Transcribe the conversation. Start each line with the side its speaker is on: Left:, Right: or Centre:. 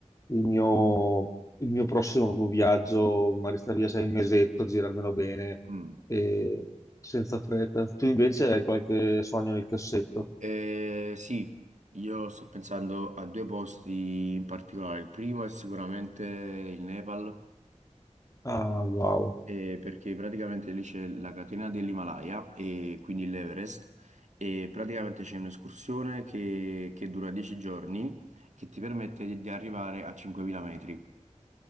Left: il mio, il mio prossimo viaggio, magari stare via sei mesetto, girarmelo bene
Right: mm.
Left: e senza fretta. Tu invece hai qualche sogno nel cassetto.
Right: Eh, sì, io sto pensando a due posti in particolare. Il primo è sicuramente il Nepal.
Left: Ah, wow.
Right: Eh, perché praticamente lì c'è la catena dell'Himalaya e quindi l'Everest e praticamente c'è un'escursione che, che dura 10 giorni che ti permette di, di arrivare a 5000 metri.